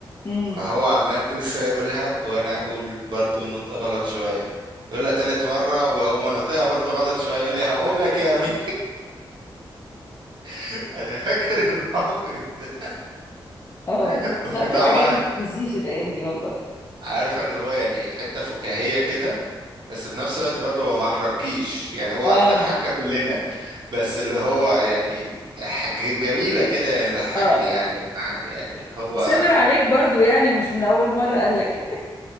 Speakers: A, on the left (about 30°); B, on the right (about 60°).
A: امم
B: فهو عمال كل شوية يقولها وأنا أقول برضو النطق غلط شوية يقولها تالت مرة وأقوم أنطقها برضو غلط شوية يقول لي هقوم لك يا أمين <laughs> أنا فاكر الموقف ده
A: اه
B: <laughs> وطبعا
A: لا في حاجات ما تتنسيش الايام دي والله
B: عارفة اللي هو يعني حتة فكاهية كده بس في نفس الوقت برضه هو ما احرجكيش يعني هو
A: اه
B: ضحكنا كلنا بس اللي هو يعني حاجات جميلة كده يعني ضحكني
A: اه
B: يعني يعني اللي هو
A: وصبر عليك برضو يعني مش من اول مرة قال لك